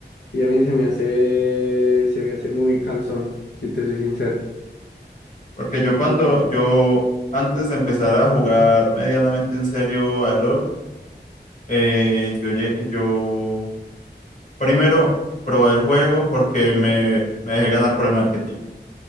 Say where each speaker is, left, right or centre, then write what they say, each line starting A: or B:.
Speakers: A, on the left; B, on the left.
A: Y a mí se me hace, se me hace muy cansón, si te soy sincero.
B: Porque yo cuando, yo antes de empezar a jugar medianamente en serio a LOL, eh, yo, lle- yo Primero, probé el juego porque me, me dejé ganar por el marketing.